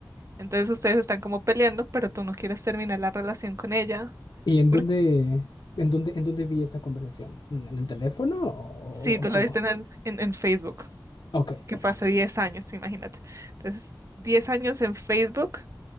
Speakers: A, on the right (about 40°); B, on the left (about 70°).
A: Entonces ustedes están como peleando, pero tú no quieres terminar la relación con ella.
B: ¿Y en
A: Porque,
B: dónde, en dónde, en dónde vi esta conversación? ¿En en el teléfono o,
A: sí,
B: o
A: tú
B: cómo?
A: la viste en, el- en, en Facebook,
B: Ok,
A: que
B: ok.
A: fue hace 10 años, imagínate. Entonces, 10 años en Facebook,